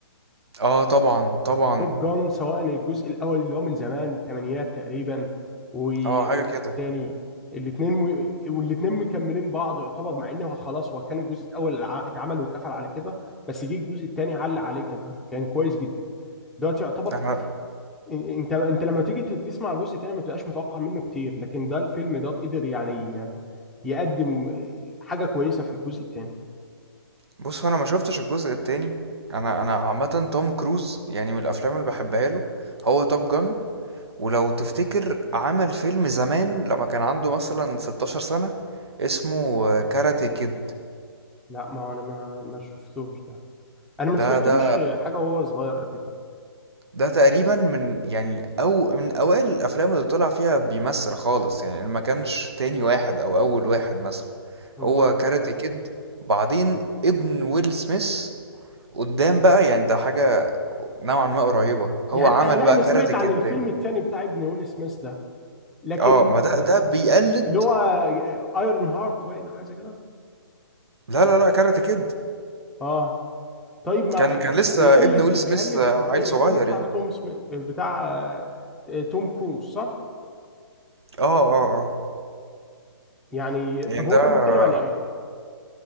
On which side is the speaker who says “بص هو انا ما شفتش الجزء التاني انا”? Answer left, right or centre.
Right